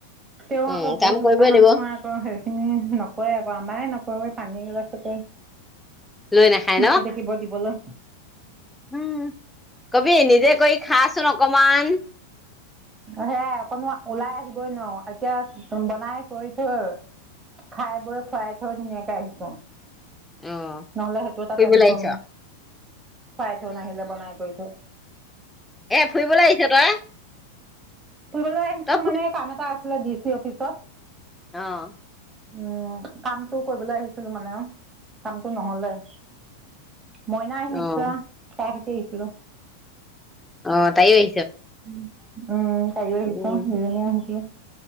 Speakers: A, on the right; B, in the centre.
A: তেওঁ
B: উম
A: আকৌ বহুত
B: কাম কৰিবই
A: মতা মানুহৰ
B: লাগিব
A: আকৌ সেইখিনি নকৰে আকৌ আমাৰে নকৰে। পানী নি
B: লৈ নাখায়
A: <unintelligible> মাতি
B: ন
A: থাকিব দিবলে।
B: উম কবি নিজে কৰি খাচোন অকমান।
A: সেয়াই অকণো ওলাই আহিবই নোৱাৰ এতিয়া বনাই কৰি থৈ খাই বৈ খুৱাই থৈ ধুনীয়াকে আহিছো।
B: অ
A: নহ'লে সেইটো এটা
B: ফুৰিবলৈ
A: টেনচন,
B: আহিছ
A: খুৱাই থৈ নাহিলে বনাই কৰি থওঁ
B: এহ ফুৰিবলৈ আহিছ তই
A: ফুৰিবলৈ আহিছিলো
B: তই
A: মানে কাম এটা আছিলে ডি চি অফিচ ক'ত
B: অহ
A: উম কামটো কৰিবলৈ আহিছিলো মানে অহ কামটো নহ'লে মইনা আহিছে
B: অ',
A: তাই দিছিলো
B: অহ তায়ো আহি
A: উম অহ তায়ো আহিছে
B: উম।
A: দুয়োজনীয়ে সৈতে